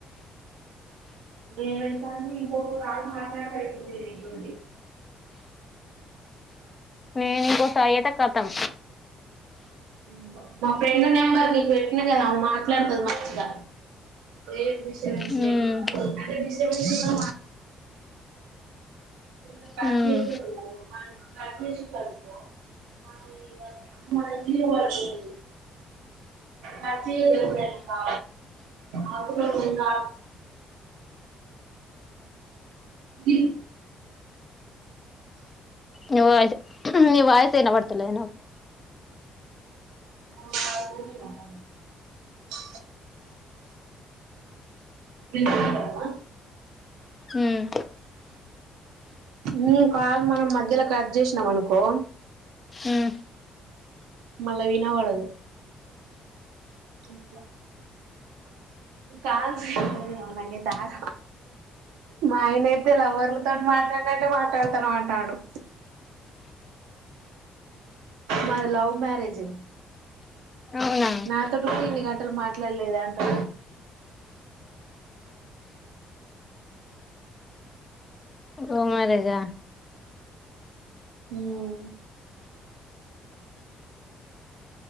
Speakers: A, on the right; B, on the left.
A: <inaudible> అడి
B: నేను ఇంకో సాయత కతాం
A: ఉమ్ మా ఫ్రెండ్ నెంబర్ నీకు పెట్టినా కదా మాట్లాడుతుది మంచిగా ఏ సెన్స్
B: హ్మ్
A: లేకుండా అదే డిస్టర్బ్ చేస్తే కొందరు పని
B: హ్మ్
A: చేస్తారు మనం కట్ చేసడు మన మన జీడిపోతుంది కట్ ఎప్పుడై కా ఆకుట్సంది <unintelligible>
B: నివ వయ నివ వయసు ఏన పడుతులేద నావకు
A: మి వాయిస్ వినిపియలేదు నాకు వినిపిస్థుంధా
B: ఉమ్
A: బ్రో కాలు మనం మధ్యలో కట్ చేసినాం అనుకో
B: ఉమ్
A: మళ్ళా వినబడదు అట్లా కాల్సి అమనగే తగా మా ఆయన అయితే లవ్వర్లతో మాట్లాడినట్టే మాట్లాడుతారు మాంటడు మాది లవ్ మ్యారేజ్
B: అవునా
A: నాతో ఎన్ని గంటలు మాట్లాడలేద అంటా
B: లవ్ మ్యారేజా
A: ఉమ్